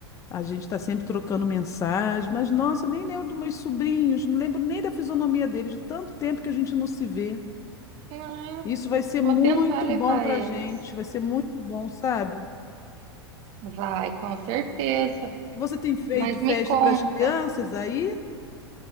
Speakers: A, on the left; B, on the right.
A: A gente está sempre trocando mensagem, mas nossa, nem lembro dos meus sobrinhos, não lembro nem da fisionomia deles, de tanto tempo que a gente não se vê.
B: Ah,
A: Isso vai ser
B: vou
A: muito
B: tentar levar
A: bom para
B: eles.
A: a gente, vai ser muito bom, sabe?
B: Vai, com certeza.
A: E você tem feito
B: Mas
A: festa
B: me conta.
A: para as crianças aí?